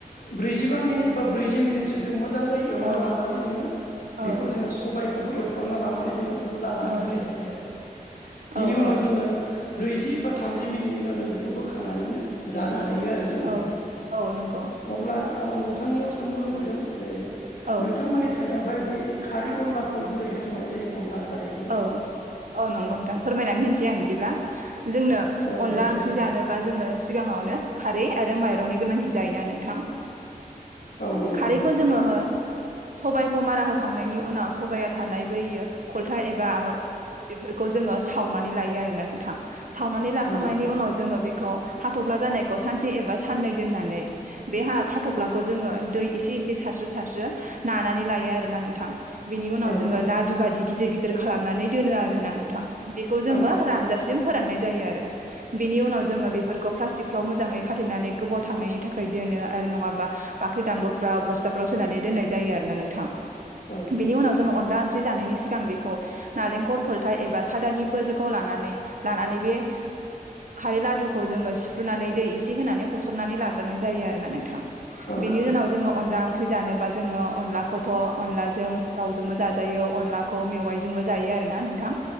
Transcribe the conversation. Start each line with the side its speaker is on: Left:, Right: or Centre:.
Left: ब्रैजिबा मिनिट बा ब्रैजि मिनिटसो जों मोजाङै एवना
Right: औ
Left: लानानै जोङो बेखौ
Right: औ
Left: जोङो सबायखौबो एवफ्रामना लानानै जोङो लुलानानै
Right: औ
Left: होनाय जायो आरो बेनि
Right: औ
Left: उनाव जोङो ब्रैजि बा थामजि मिनिटनि उनाव जों बेखौ बोखांनानैनो जानो हा हायो आरो जोङो
Right: औ औ नंगौ
Left: अब्ला आं नोंथांनियाव सोंनो लुबैदों जे
Right: औ
Left: नोंथांमोननि साइडआवहाय बै खारै अनलाखौ बोरैहाय संनाय जायो? अनला खारैखौ
Right: औ औ नंगौ नोंथां फोरमायनानै होनिसै आं बिदिब्ला जोंनो
Left: औ
Right: अनला
Left: दे नोंथां
Right: ओंख्रि जानोबा जोङो सिगाङावनो खारै आरो माइरंनि गोनांथि जायोना नों
Left: औ नंगौ
Right: खारैखौ जोङो हो स'बाइखौ मारा होखांनायनि उनाव स'बाया थानाय बैयो फलथा एबा मा बेफोरखौ जोङो सावनानै लायो आरोना नोंथां। सावनानै लाखांनायनि
Left: औ
Right: उनाव जोङो बे हाथ'फ्ला जानायखौ सानसे एबा साननै दोननानै बे हा हाथ'फ्लाखौ जोङो दै इसे एसे सारस्रो सारस्रो नानानै लायो आरोना नोंथां। बेनि उनाव
Left: औ
Right: जोङो लादु बादि गिदिर गिदिर खालामनानै दोनो आरोना नोंथां। बेखौ जोङो
Left: औ
Right: रानजासिम फोराननाय जायो आरो बिनि उनाव जोङो बेफोरखौ प्लास्टिकफ्राव मोजाङै खाथेनानै गोबाव थांनायनि थाखाय दोनो आरो नङाबा बाख्रि दांगलफ्राव बस्था रस होनानै दोननाय जायो आरोना नोंथां
Left: औ
Right: बेनि उनाव जोङो अनला ओंख्रि जानायनि सिगां बे खौ नालेंखर खलथा एबा सादानिफोरखौ लानानै लानानै बे खारै लादुखौ जोङो सिफ्रुनानै दै इसे होनानै फस'रनानै लाग्रोनाय जायो आरोना नोंथां।
Left: औ
Right: बेनि उनाव जोङो अनला ओंख्रि जानोबा जोङो अनलाखौथ' अनलाजों दाउजोंबो जाजायो अनलाखौ मेवाइजोंबो जायो आरोना नोंथां